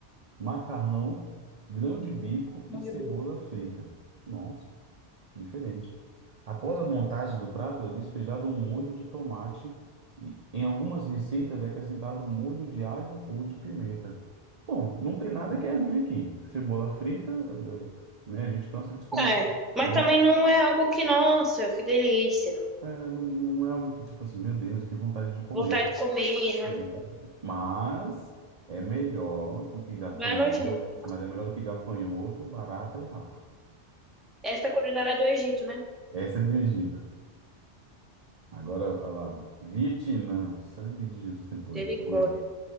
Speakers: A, on the right (about 45°); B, in the centre.
A: macarrão, grão de bico
B: Muito
A: e cebola
B: boa.
A: frita. Nossa. Diferente. Após a montagem do prato, é despejado um molho de tomate e em algumas receitas é acrescentado molho de alho ou de pimenta. Bom, não tem nada que é ruim aqui. Cebola frita, eh, né? A gente cansa de comer.
B: é.
A: ce-
B: Mas
A: A gente,
B: também não é algo que, nossa, que delícia.
A: é, não, não é algo que, tipo assim, meu Deus, que vontade de comer.
B: Vontade de comer, né?
A: né? Mas é melhor do que gafanhoto,
B: Vai nojento.
A: mas é melhor do que gafanhoto, barata e rato.
B: Essa é a culinária do Egito, né?
A: Essa é do Egito. Agora, olha lá. Vietnã, sangue de Jesus tem poder.
B: Misericórdia.
A: Vamos lá.